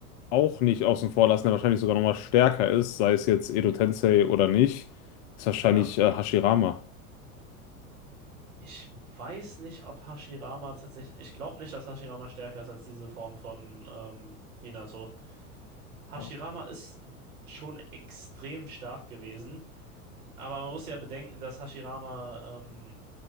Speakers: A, on the left (about 50°); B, on the right (about 75°).
A: auch nicht außen vor lassen, der wahrscheinlich sogar nochmal stärker ist, sei es jetzt Edo Tensei oder nicht, ist wahrscheinlich
B: Ja.
A: äh, Hashirama.
B: Ich weiß nicht, ob Hashirama tatsächlich. Ich glaube nicht, dass Hashirama stärker ist als diese Form von ähm, Minato. Hashirama
A: Oh.
B: ist schon extrem stark gewesen. Aber man muss ja bedenken, dass Hashirama ähm,